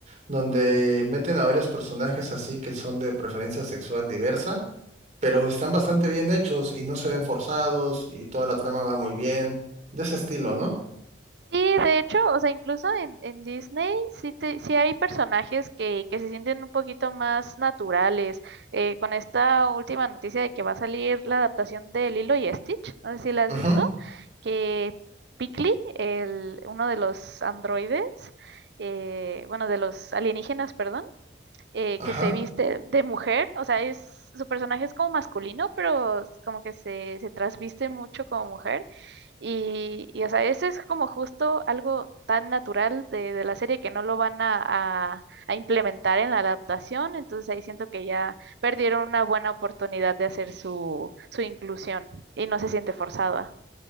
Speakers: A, on the right; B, on the right.
A: donde meten a varios personajes así que son de preferencia sexual diversa, pero están bastante bien hechos y no se ven forzados y toda la trama va muy bien, de ese estilo, ¿no?
B: Sí, de hecho, o sea, incluso en, en Disney sí, te- sí hay personajes que, que se sienten un poquito más naturales. Eh, con esta última noticia de que va a salir la adaptación de Lilo y Stitch, no sé si la has
A: Ujú,
B: visto, que Piccoli, el, uno de los androides, eh, bueno, de los alienígenas, perdón, eh,
A: Ajá.
B: que se viste de mujer, o sea, es, su personaje es como masculino, pero como que se, se trasviste mucho como mujer. Y, y, o sea, eso es como justo algo tan natural de, de la serie que no lo van a, a- a implementar en la adaptación, entonces ahí siento que ya perdieron una buena oportunidad de hacer su, su inclusión y no se siente forzada.